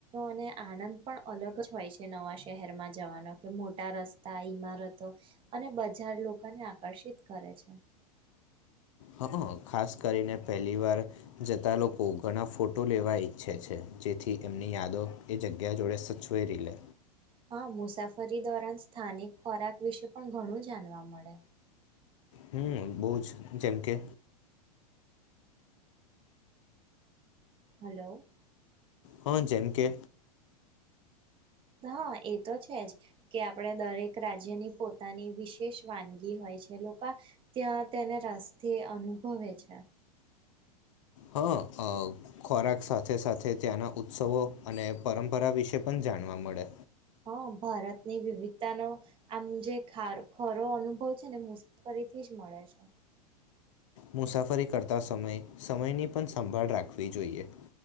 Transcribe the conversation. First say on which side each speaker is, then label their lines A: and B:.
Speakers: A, on the right (about 25°); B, on the left (about 50°).
A: અને આનંદ પણ અલગ જ હોય છે નવા શહેરમાં જવાનો કે મોટા રસ્તા ઈમારતો અને બજાર લોકોને આકર્ષિત કરે છે
B: હા ખાસ કરીને પહેલી વાર જતા લોકો ઘણા ફોટો લેવા ઈચ્છે છે જેથી એમની યાદો એ જગ્યા જોડે સચવે ર લે
A: હા મુસાફરી દોરન સ્થાનિક ખોરાક વિશે પણ ઘણું જાણવા મળે
B: હમ બહ જ જેમ કે
A: હલો
B: હા જેમ કે
A: હા એ તો છે જ કે આપણે દરેક રાજ્યની પોતાની વિશેષ વાનગી હોય છે લોકો ત્યાં તેને રસ્તે અનુભવે છે
B: હા ખોરાક સાથે સાથે ત્યાંના ઉત્સવો અને પરંપરા વિશે પણ જાણવા મળે
A: હા ભારતની વિવિધતાનો આમ જે ખરો અનુભવ છે ને મુસાફરીથી જ મળે છે
B: મુસાફરી કરતા સમય સમયની પણ સંભાળ રાખવી જોઈએ